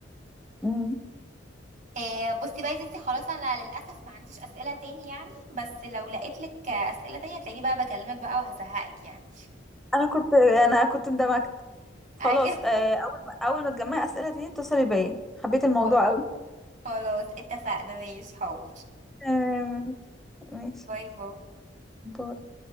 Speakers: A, in the centre; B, on the right.
A: امم
B: آه، بصي بقى يا ستي خلاص انا للاسف ما عنديش اسئله تاني يعني بس لو لقيت لك اسئله تانية هتلاقيني بقى بكلمك بقى وهزهقك يعني
A: انا كنت انا كنت اندمجت خلاص
B: ايوه
A: آه، اول ما اول ما تجمعي اسئله تاني اتصلي بيا حبيت الموضوع
B: <laughs>
A: قوي
B: خلاص اتفقنا ماشي حاضر
A: تمام ماشي ماشي.
B: باي باي
A: باي